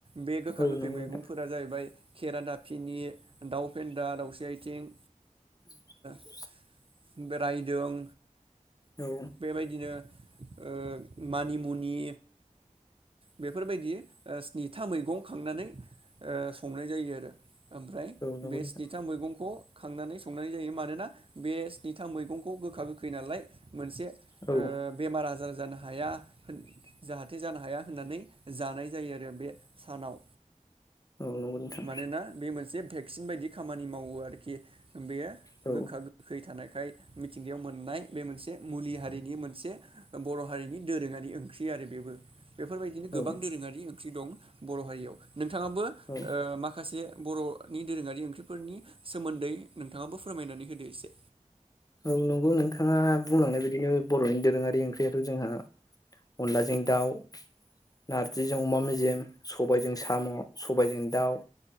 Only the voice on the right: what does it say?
बे गोखा
गोखै
मैगंफोरा
जाहैबाय खेरा दाफिनि, दाउ फेन्दा, दावस्रि आइ थिं
बे रायदों
बेबायदिनो ओ मानिमुनि बेफोरबायदि ओ स्निथा मैगं खांनानै ओ संनाय जायो आरो। ओमफ्राय
बे
स्निथा मैगंखौ खांनानै संनाय जायो मानोना बे स्निथा मैगंखौ गोखा गोखै नालाय मोनसे ओ
बेमार आजार जानो हाया होन जाहाथे जानो हाया होननानै जानाय जायो आरो बे सानाव,
मानोना बे मोनसे भेक्सिन बायदि खामानि मावो आरोखि बेयो
गोखा गोखै थानाय खाय मिथिंगायाव मोननाय बे मोनसे मुलि हारिनि मोनसे बर' हारिनि दोरोङारि ओंख्रि आरो बेबो बेफोरबायदिनो गोबां
दोरोङारि दं बर' हारियाव नोंथां आबो
माखासे बर'नि दोरोङारि ओंख्रिफोरनि सोमोन्दै नोंथाङाबो फोरमायनानै होदो एसे